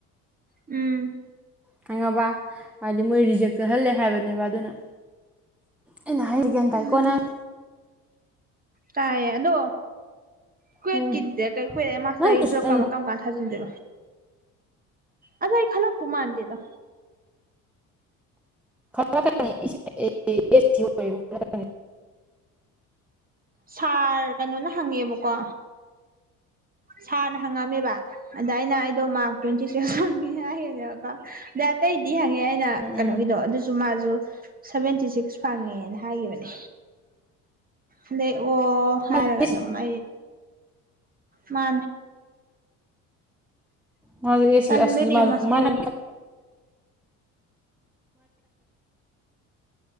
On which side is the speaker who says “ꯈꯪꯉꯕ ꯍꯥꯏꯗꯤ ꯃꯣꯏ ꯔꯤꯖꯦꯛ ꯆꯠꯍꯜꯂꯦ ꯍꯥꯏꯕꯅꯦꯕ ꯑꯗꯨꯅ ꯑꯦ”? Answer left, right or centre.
Centre